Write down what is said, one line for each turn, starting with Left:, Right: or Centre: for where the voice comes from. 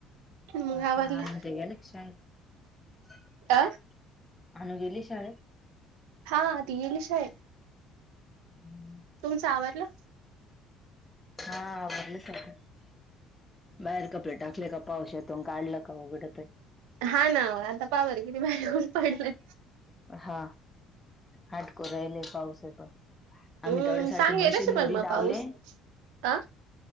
Right: मग
Left: आ
Right: आवरलं
Left: का अण ते या लक्ष आणण
Right: अ
Left: गेली शाळे
Right: हा ति ललिशाय
Left: हम्म
Right: तुमचावरला
Left: हा आवडलं सख बाहेर कपडे टाकले का पावस येतो आणि काढलं की उघडतोय.
Right: हा ना आता पाहा बर किती भारी ऊन पडलंय.
Left: हा हाडको राहिले पावस पण!
Right: हम्म
Left: आम्ही तेवढ्यासाठी
Right: सांगेलच
Left: मशीन
Right: पण
Left: मध्ये
Right: मग
Left: लावले.
Right: पाऊस अ